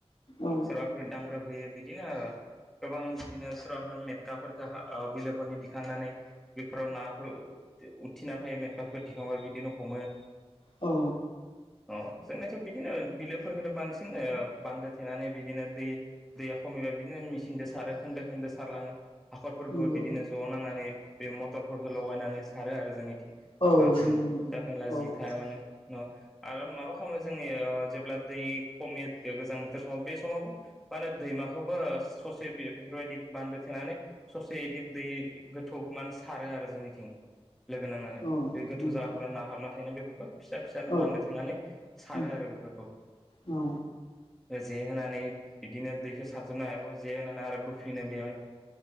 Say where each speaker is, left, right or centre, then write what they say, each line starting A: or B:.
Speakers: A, on the left; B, in the centre.
A: औ
B: सोरबा फोर दांग्रोबफैयो बिदिनो आरो गोबां बिदिनो सोरबाफोर मेटखाफोरफोरखौ बिलोफोरनि दिखांनानै बेफोराव नाफोर उथिना फायो मेटकाफोरखौ दिखांबा बिदिनो हमो
A: औ
B: अ जोंनिथ' बिदिनो बिलोफोरखौथ' बांसिन बान्दो थेनानै बिदिनो दै दैया खमैबा बिदिनो मेसिनजों सारो खोन्दो खोन्दो सारलाङो हाखरफोरखौबो
A: नंगौ
B: बिदिनो ज' नांनानै बे मथरफोरखौ लगायनानै सारो आरो जोंनिथिं
A: औ
B: बांसिन
A: नंगौ
B: फिसा
A: नंगौ
B: फेनला
A: औ
B: जि थाया मानो आरो माबा खालामो जोङो जेब्ला दै खमायो गोजां बोथोर समाव बे समावबो मा होनो दैमाखौबो ससे बेफोरबायदि बान्दो थेनानै ससे बिदि दै गोथौखौ माने सारो आरो जोंनिथिं लोगो नांनानै
A: औ
B: बे गोथौ
A: उम
B: जायगा <unintelligible> ना हाबना थायोना बेफोरखौ फिसा फिसानो
A: औ
B: बान्दो थेनानै सारो
A: उम
B: आरो बेफोरखौ
A: औ
B: जे होनानै बिदिनो दैखौ सारजोबनो हायाबाबो जे होनानै आरो बोफिनो बेवहाय